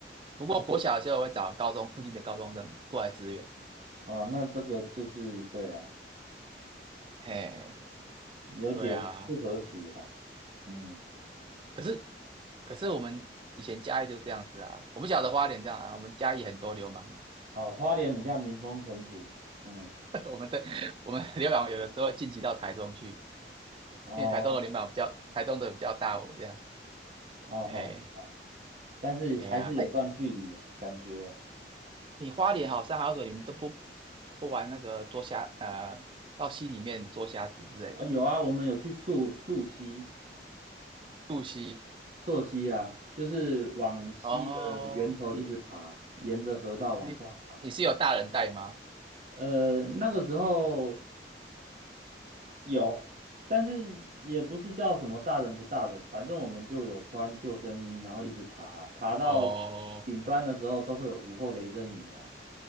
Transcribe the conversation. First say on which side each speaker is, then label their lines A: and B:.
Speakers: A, on the right; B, on the right.
A: 不过国小的时候会找高中附近的高中生过来支援，
B: 哦，那这个就是对啊，
A: 嘿，
B: 有点不和谐啦，
A: 对啊，
B: 嗯，
A: 可是可是我们以前嘉义就这样子啊，我不晓得花莲这样啊，我们嘉义很多流氓啊，
B: 哦，花莲比较民风淳朴啊嗯，
A: <laughs> 我们的我们流氓有的时候晋级到台中去，
B: 然后
A: 因为台东的流氓比较，台东的比较大尾这样，
B: 哦好，
A: 嘿，
B: 但是还是有段距离啊感觉，
A: 哎呀，哎，你花莲好，山好水，你们都不不玩那个捉虾，呃，到溪里面捉虾子之类的，
B: 哦，有啊，我们有去溯溯溪。
A: 渡溪。
B: 溯溪啊，就是往溪的源头一直爬，
A: 哦，
B: 沿着河道往上爬。
A: 你你是有大人带吗？
B: 呃，那个时候有，但是也不是叫什么大人不大人，反正我们就有穿救生衣，然后一直爬，爬到顶端的时候都会有午后雷阵雨嘛。
A: 哦，